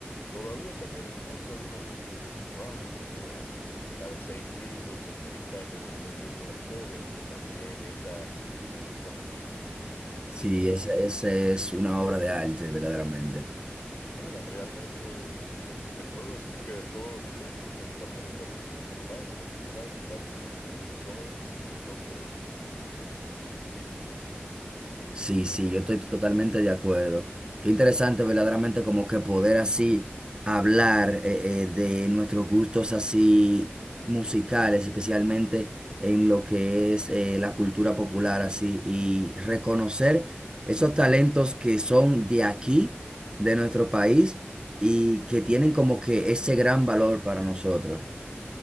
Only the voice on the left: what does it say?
Todavía también escucho algunas canciones de cirujano, como la de 6 kilos, el freestyle de 2010 con el Fodder, que también esa me gusta muchísimo.
Y,
y nada, realmente se, te puedo decir que de todos los tiempos, de los raperos de aquí, cirujano, Monkey Black y Lápiz Consciente son mi top 3.